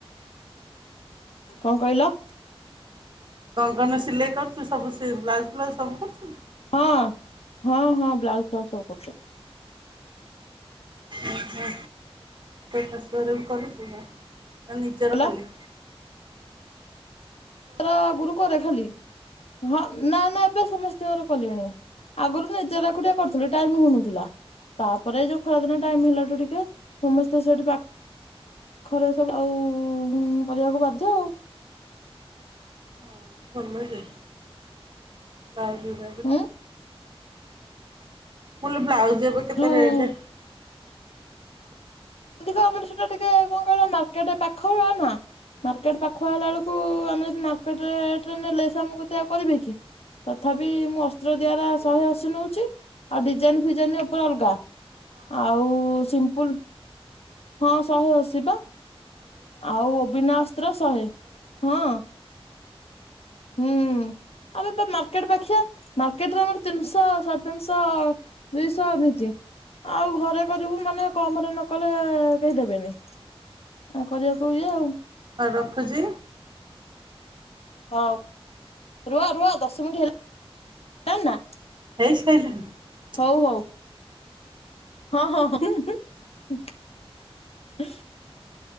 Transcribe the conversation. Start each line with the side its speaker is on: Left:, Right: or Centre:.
Left: କଣ କହିଲ।
Right: କଣ କଣ ସିଲେଇ କରୁଛୁ ସବୁ ବ୍ଲାଉଜ ଫ୍ଲାଉଜ ସବୁ କରୁଛୁ।
Left: ହଁ ହଁ ହଁ ବ୍ଲାଉଜ ଫଉଜ ସବୁ କରଟେ
Right: ଆଛ ତ ଶାଶୁଆରେ ବି କରୁଛୁ। ନା ନିଜର
Left: କହିଲ
Right: ଖାଲି।
Left: ତାର ଆଗରୁ କରେ ଖାଲି ହଁ ନା ନା ଏବେ ସମସ୍ତଙ୍କର କଲେଣି ଆଗରୁ ନିଜର ଏକୁଟିଆ କରୁଥିଲି ଟାଇମ ହଉନଥିଲା ତାପରେ ଯୋଉ ଖରାଦିନ ଟାଇମ୍ ହେଲାଠୁ ଟିକେ ସମସ୍ତେ ସେଠି ପାଖ୍ ଖରେ ସବୁ ଆଉ କରିବାକୁ ବାଧ୍ୟ ଆଉ।
Right: ହଁ <unintelligible> ବାବୁ <unintelligible>
Left: ଉଁ
Right: ଫୁଲ୍ ବ୍ଲାଉଜ୍ ଏବେ କେତେ
Left: ଯୋଉ
Right: ରେଟେ
Left: ଖ ଆମର ସେଟା ଟିକେ କଣ କହିଲ ମାର୍କେଟ୍ ପାଖଅ ନା ମାର୍କେଟ୍ ପାଖୁଆ ହେଲା ଏଳକୁ ଆମେ ଯଦି ମାର୍କେଟ୍ ରେଟ୍ ନେଲେ ସେଆମ କତିରେ ଆଉ କରିବେ କି ତଥାପି ମୁଁ ଅତ୍ର ଦିଆରା ଶହେଅଶି ନଉଚି ଆଉ ଡିଜାଇନ୍ ଫିଜାଇନ୍ ଉପରେ ଅଲଗା ଆଉ ସିମ୍ପୂଲ୍ ହଁ ଶହେଅଶି ବା। ଆଉ ବିନା ଅସ୍ତ୍ର ଶହେ ହଁ। ହୁଁ ଆମେ ପା ମାର୍କେଟ୍ ପାଖିଆ। ମାର୍କେଟ୍ ରେ ଆମର ତିନିଶଅ ସାଢେ ତିନିଶଅ ଦୁଇଶ ଏମିତି ଆଉ ଘରେ କରିବୁ ମାନେ କମ ରେ ନ କଲେ କରିଆକୁ କେହି ଦେବେନି ଆ କରିବାକୁ ଇଏ ଆଉ।
Right: ଆଉ ରଖୁଛି।
Left: ହଉ ରୁହ ରୁହ ଦଶ ମିନିଟ୍ ହେଲା। ନା ନା
Right: ହେଇ ସେଇ ଯାଇ
Left: ହଉ ହଉ। ହଁ ହଁ। ହୁଁ। <unintelligible>